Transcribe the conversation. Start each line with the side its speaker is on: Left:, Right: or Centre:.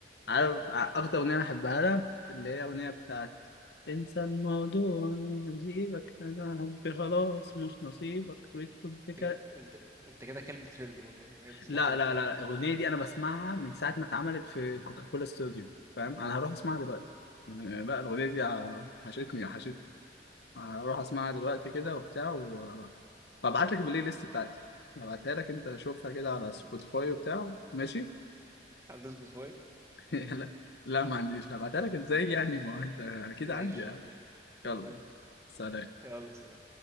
Left: عارف ع- اكتر اغنيه بحبها لها اللي هي اغنيه بتاعت انسى الموضوع أنا نسيبك انا حبي خلاص مش نصيبك ويدخل
Right: انت
Left: في كده
Right: انت انت كده كلب ترند برضه حاجه بتطلع
Left: لا
Right: ترند
Left: لا لا الاغنيه دي انا بسمعها من ساعه ما اتعملت في كوكاكولا استوديو فاهم انا هروح اسمعها دلوقتي يعني لا الاغنيه دي ع- حشتني حشتني هروح اسمعها دلوقتي كده وبتاع و... وابعت لك البلاي ليست بتاعتي هبعتها لك انت شوفها كده على
Right: <laughs>
Left: سبوتيفاي وبتاع ماشي
Right: هتدوس بفوي
Left: <laughs> لا لا ما عنديش هبعتها لك ازاي يعني ما هو انت اكيد
Right: ماشي
Left: عندي
Right: ماشي
Left: يلا
Right: تمام
Left: سلام
Right: يلا سلام